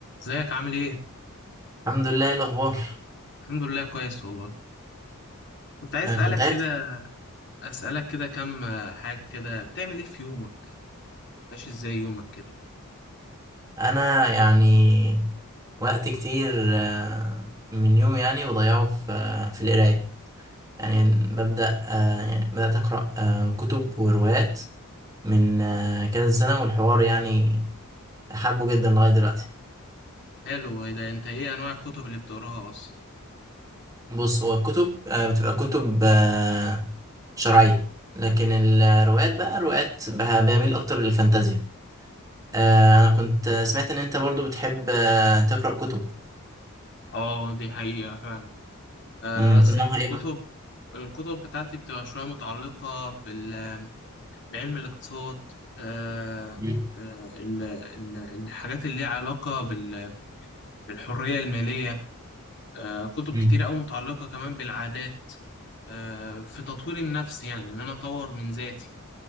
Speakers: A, on the left; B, on the right.
A: ازيك عامل ايه؟
B: الحمد لله إيه الاخبار
A: الحمد لله كويس والله كنت عايز
B: انا
A: اسألك
B: كنت عارف
A: كده اسألك كده كام آه، حاجة كده بتعمل ايه في يومك؟ ماشي ازاي يومك كده؟
B: انا يعني وقت كتير آه، من يوم يعني بضيعه في آه، في القرايه يعني ببدا آه، يعني بدات اقرا آه، كتب وروايات من آه، كذا سنه والحوار يعني حابه جدا لغايه دلوقتي
A: حلو ايه ده انت ايه انواع الكتب اللي بتقراها اصلا؟
B: بص هو الكتب آه، بتبقى كتب آه، شرعيه لكن الروايات بقى روايات بها- بميل اكتر للفانتازيا آه، انا كنت آه، سمعت ان انت برضو بتحب آه، تقرا كتب
A: اه دي حقيقة فعلا آه
B: امم
A: بس
B: نوعها
A: الكتب
B: ايه مثلا
A: الكتب بتاعتي بتبقى شوية متعلقة بال... بعلم الاقتصاد آه
B: مم.
A: آه، ال- ال- الحاجات اللي ليها علاقة بال- بالحرية المالية آه، كتب
B: مم.
A: كتير أوي متعلقة كمان بالعادات آه، في تطوير النفس يعني إن أنا أطور من ذاتي